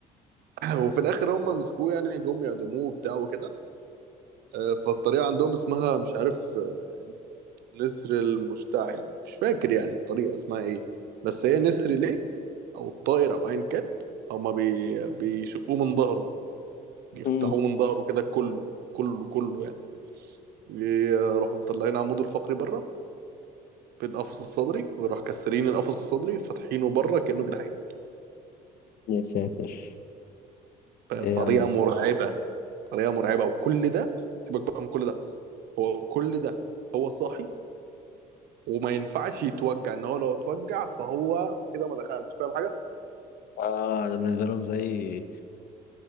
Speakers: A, on the right; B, on the left.
A: <laughs> وفي الاخر هم مسكوه يعني جم يعدموه وبتاع وكده آه، فالطريقه عندهم اسمها مش عارف آه، نسر المشتعل مش فاكر يعني الطريقه اسمها ايه بس هي نسر ليه او الطائر او ايا كان هما بي... بيشقوه من ظهره يفتحوه
B: امم
A: من ظهره كده كله كله كله يعني يروحوا مطلعين عموده الفقري بره بالقفص الصدري ويروح كسرين القفص الصدري فاتحينه بره كأنه جناحين
B: يا ساتر
A: فطريقة
B: ايه يا عم
A: مرعبة طريقة مرعبة وكل ده سيبك بقى من كل ده هو كل ده هو صاحي وما ينفعش يتوجع ان هو لو اتوجع فهو كده ما دخلش فاهم حاجه
B: اه ده بالنسبة لهم زي